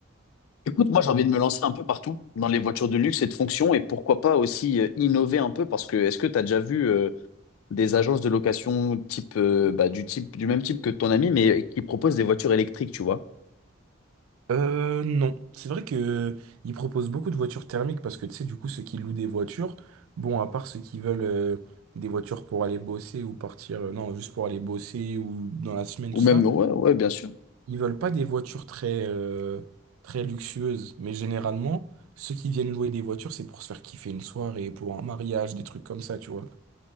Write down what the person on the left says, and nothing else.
Écoute, moi j'ai envie de me lancer un peu partout dans les voitures de luxe et de fonction et pourquoi pas aussi euh, innover un peu parce que est-ce que tu as déjà vu euh, des agences de location type, euh, bah, du type du même type que ton ami mais qui proposent des voitures électriques, tu vois?
Ou
même
ouais ouais bien sûr.